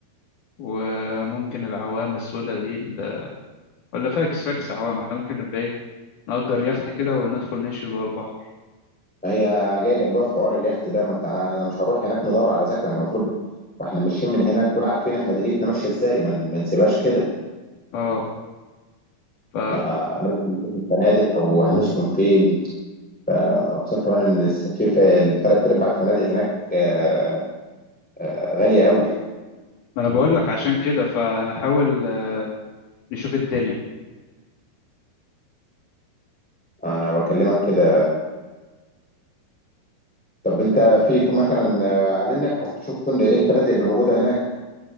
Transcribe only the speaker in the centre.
ما هي جاي لك بقى في حوار اليخت ده ما انت انا أنا مش هنروح هناك ندور على سكن المفروض واحنا ماشيين من هنا نكون عارفين احنا دنيتنا ماشيه ازاي ما ن- ما نسيبهاش كده
ما لازم نشوف الفنادق او هنسكن فين فاقسم كمان ان في في الثلاث ارباع الفنادق هناك آه، آه، غاليه قوي
انا بكلمك كده طب انت في في مثلا آه، عايزين نبحث نشوف فين- ايه الفنادق اللي موجوده هناك